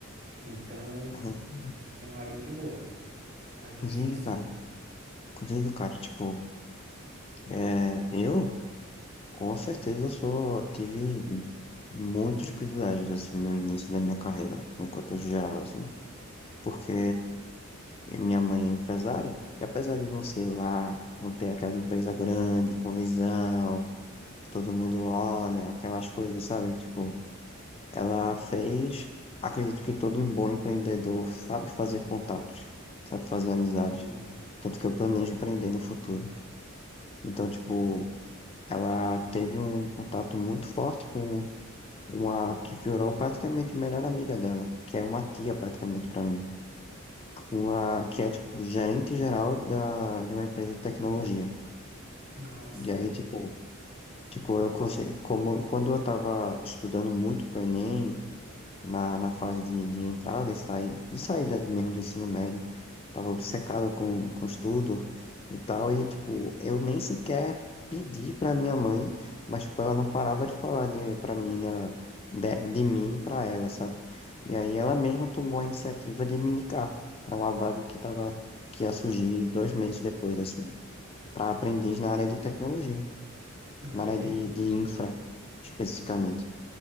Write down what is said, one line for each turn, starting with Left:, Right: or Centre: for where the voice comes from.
Right: Então,
Left: Sim.
Right: é uma área muito boa, mas
Left: Inclusive,
Right: é difícil.
Left: cara, inclusive, cara, tipo, é, eu com certeza só tive muitos privilégios, assim, no início da minha carreira, no contexto geral, assim, porque minha mãe é empresária, e apesar de não ser lá, não ter aquela empresa grande, com visão, todo mundo olha, aquelas coisas, sabe? Tipo, ela fez, acredito que todo bom empreendedor sabe fazer contatos, sabe fazer amizades,
Right: Hum,
Left: tanto
Right: Uhum,
Left: que eu planejo empreender no futuro. Então,
Right: sim.
Left: tipo, Ela teve um contato muito forte com uma que virou praticamente a melhor amiga dela, que é uma tia praticamente para mim, com a que é tipo gerente geral da de uma empresa de tecnologia.
Right: Ah, sim.
Left: E aí tipo, tipo eu consegui, como quando eu tava estudando muito pro Enem, na, na fase de, de entrada e saída, de saída do- mesmo do ensino médio. Tava obcecado com, com estudo e tal, e tipo, eu nem sequer pedi pra minha mãe, mas tipo, ela não parava de falar de, pra mim, da- de, de mim pra ela, sabe? E aí ela mesma tomou a iniciativa de me indicar pra uma vaga que tava, que ia surgir dois meses depois, assim, pra aprendiz na área de tecnologia,
Right: Olha
Left: na área
Right: aí.
Left: de, de infra, especificamente.